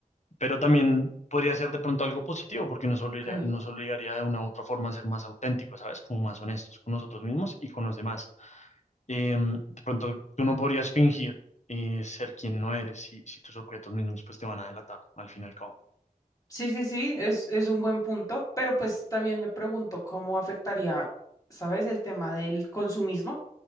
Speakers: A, on the left (about 50°); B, on the left (about 25°).
A: Pero también podría ser de pronto algo positivo, porque nos obliga-
B: Ok.
A: nos obligaría de una u otra forma a ser más auténticos, ¿sabes? Como más honestos con nosotros mismos y con los demás. Em, de pronto, tú no podrías fingir eh, ser quien no eres si, si tus objetos mismos pues te van a delatar, al fin y al cabo.
B: Sí, sí, sí, es, es un buen punto, pero pues también me pregunto cómo afectaría, ¿sabes?, el tema del consumismo,